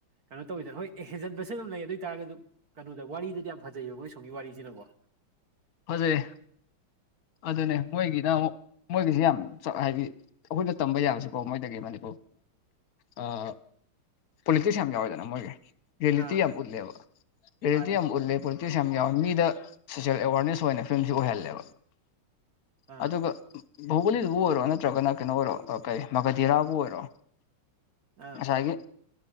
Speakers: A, on the right (about 45°); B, on the left (about 50°).
A: ꯀꯩꯅꯣ ꯇꯧꯋꯤꯗꯅ ꯍꯣꯏ ꯍꯦꯟꯖꯟꯕꯁꯨ ꯑꯗꯨꯝ ꯂꯩ ꯑꯗꯣꯏ ꯇꯥꯥꯔꯒꯁꯨ ꯀꯩꯅꯣꯗ ꯋꯥꯔꯤꯗꯗꯤ ꯌꯥꯝ ꯐꯖꯩꯌꯦꯕ ꯃꯣꯏ ꯑꯁꯣꯝꯒꯤ ꯋꯥꯔꯤꯁꯤꯅꯀꯣ
B: ꯐꯖꯩ ꯑꯗꯨꯅꯦ ꯃꯣꯏꯒꯤꯅ ꯑꯃꯨꯛ ꯃꯣꯏꯒꯤꯁꯤ ꯌꯥꯝ ꯆ ꯍꯥꯏꯗꯤ ꯑꯈꯣꯏꯅ ꯇꯝꯕ ꯌꯥꯕꯁꯤꯀꯣ ꯃꯣꯏꯗꯒꯤ ꯃꯅꯤ ꯑꯥ ꯄꯣꯂꯤꯇꯤꯁ ꯌꯥꯝ ꯌꯥꯎꯋꯦꯗꯅ ꯃꯣꯏꯒꯤ ꯔꯤꯌꯦꯂꯤꯇꯤ
A: ꯑꯥ
B: ꯌꯥꯝ ꯎꯠꯂꯦꯕ ꯔꯤꯌꯦꯂꯤꯇꯤ
A: ꯃꯥꯅꯦ
B: ꯌꯥꯝ ꯎꯠꯂꯦ ꯄꯣꯂꯤꯇꯤꯛꯁ ꯌꯥꯝ ꯌꯥꯎꯋꯦ ꯃꯤꯗ ꯁꯣꯁꯦꯜ ꯑꯦꯋꯥꯔꯅꯦꯁ ꯐꯤꯂꯝꯁꯤ ꯑꯣꯏꯍꯜꯂꯦꯕ
A: ꯑꯥ
B: ꯑꯗꯨꯒ ꯚꯍꯨꯕꯂꯤꯗꯕꯨ ꯑꯣꯏꯔꯣ ꯅꯠꯇ꯭ꯔꯒꯅ ꯀꯩꯅꯣ ꯑꯣꯏꯔꯣ ꯑꯥ ꯀꯩ ꯃꯥꯚꯥꯙꯤꯔꯥꯕꯨ ꯑꯣꯏꯔꯣ
A: ꯑꯥ
B: ꯉꯁꯥꯏꯒꯤ